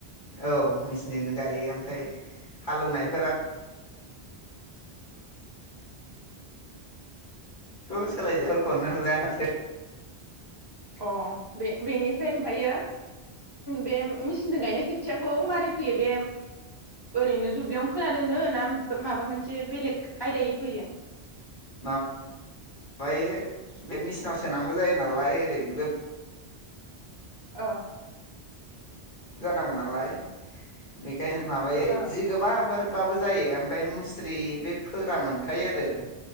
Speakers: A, on the left (about 50°); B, on the right (about 25°).
A: औ मेचिनजोंनो गायो ओमफ्राय हालौनायफोरा थ' सोलायजोफोरखौनो नुला माथो।
B: अह बे बेनिफ्राय ओमफायो बे मेचिनजों गायनाय खोथियाखौ मारै फोयो बे ओरैनो दुब्लियावनो फोना दोनो ना माबा मोनसे बेलेक आयदायै फोयो?
A: मा बायो बे मेचिनाव सोनांगौ जायो नालाय ओरै ग्रोब
B: ओ।
A: जानांगौ नालाय बे खायनो माबायो
B: अ
A: जि गोबाफोर बाबो जायो ओमफाय मुस्रि बे फोग्रा मोनखायो आरो रो।